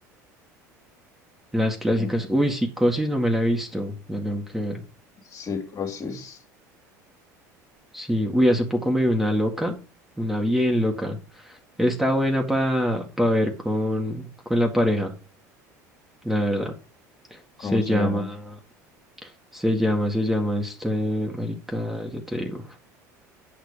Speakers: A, in the centre; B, on the left (about 40°).
A: las clásicas.
B: Bien.
A: Uy, Psicosis no me la he visto, la tengo que ver.
B: Psicosis,
A: Sí, uy, hace poco me vi una loca, una bien loca. Está buena para ver con, con la pareja, la verdad.
B: ¿cómo
A: Se
B: se
A: llama,
B: llama?
A: se llama, se llama este, marica, ya te digo.